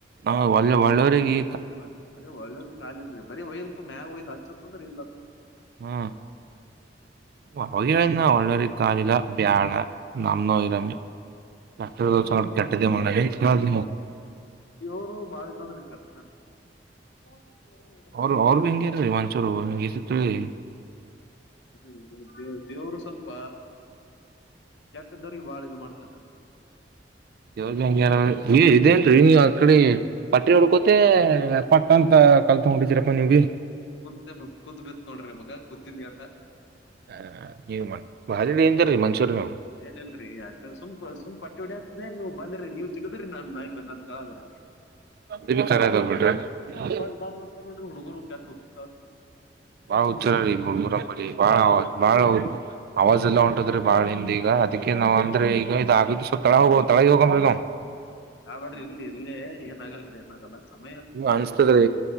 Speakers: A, on the right; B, on the left.
A: ನಾ ಒಳ್ಳೆ ಒಳ್ಳವರಿಗಿ
B: ವಲ್ ಅದೇ ಒಳ್ಳೆವ್ರಗಿ ಕಾಲಿಲ್ರಿ ಬರಿ ಒಯ್ಯದಪ್ಪ ಮ್ಯಾಗ ಒಯ್ದ್ ಹಚ್ಚತ್ ಅಂದ್ರ ಇಲ್ಲತ್ರಿ.
A: ಹ್ಮ ವ ಅವಗೆ ಹೇಳಿನಾ ಒಳ್ಳೆರಿಗ್ ಕಾಲಿಲ್ಲ ಬ್ಯಾಡ ನಮ್ನ ನಾವ್ ಇರಾಮಿ. ಕೆಟ್ಟದ್ದೊರ
B: ಬರೀ
A: ಸಂಘಟ
B: ಸುಮ್
A: ಕೆಟ್ಟದೆ ಮಾಡಮಿ <unintelligible>
B: ಇವ್ರು ಬಾಳ ಇದು ಅದಾನ್ರಿ ಕಟಕಾನ್ರಿ. ಯಾರಿಲ್ಲ.
A: ಅವ್ರ ಅವ್ರಬಿ ಹೆಂಗೇರೀ ಮಂಚೂರು <unintelligible> ರಿ
B: ಅದೇರಿ ದೇವ್ರ ದೇವ್ರ ದೇವರು ಸ್ವಲ್ಪ ಕೆಟ್ಟದೋರಿಗ್ ಬಾಳ ಇದು ಮಾಡ್ತನ್ರಿ.
A: ದೇವ್ರಬಿ ಹಂಗೆ ಹನರಿ ಏ ಇದೆಲ್ರಿ ಅ ಈ ಕಡಿ ಪಟ್ರಿ ಹೊಡ್ಕೋತೆ ಪಟ್ಟ ಅಂತ ಕಲ್ ತೊಂಡ ಹೊಡಿತಿರಪ್ಪ ನೀವ್ ಬಿ.
B: ಕತ್ ಬಿತ್ ಕೂತ್ ಬಿತ್ ನೋಡ್ರಿ ಮಗ ಕೂತಿನಿ ಆತ <unintelligible>
A: ಹ ನೀವ ಮಾಡ <inaudible> ಭಾರಿ ಡೇಂಜರ್ ರೀ ಮನ್ಸೂರ್ ನೀವು
B: ಏನಲ್ರಿ ಸುಮ್ ಸು್ ಪಟ್ಟಿ ಹೊಡಿ ಆತ್ರ್ರ ನೀವು ಬಂದ್ರಿ ನೀವು ಸಿಗದ್ರೀ ನನ್ ನನ್ ಕಳಗರ್ೀ <unintelligible>
A: ಅ ಬಿ ಖರತೋಗ್ಬಿಡ್ರಿ <unintelligible>
B: ಅವಾಗ ಬಾ ಮಾಡ್ತಾರ ನೋಡ್ರಿ ಹುಡುಗರು ಕೆಟ ಹುಚ್ಚುಚ್ಚಾವ.
A: ಬಾಳ ಹುಚ್ಚಾದರಿ ಬಾಳ <unintelligible> ಬಾಳ ಹೌ ಅವಾಜ ಎಲ್ಲಾ ಹೊಂಟದ್ರಿ ಬಾಳ್ ಹಿಂದ ಈಗ ಅದಕ್ಕೆ ನಾವ್ ಅಂದ್ರೆ ಈಗ ಇದ ಆಗದು ಸ್ವಲ್ಪ ಕಡ ಹೋಗೋ ತಳಿಗೆ ಹೋಗಮೆನು.
B: ಕಾಬಾರಿ ಇರ್ಲಿ ಇಲ್ಲೇ ಏನ್ ಆಗಲ್ರಿ ಏನ ಆಗಲ್ಲ್ರಿ ಅಮೆಿನ
A: ಹ್ಮ ಅನ್ಸ್ತದ್ರಿ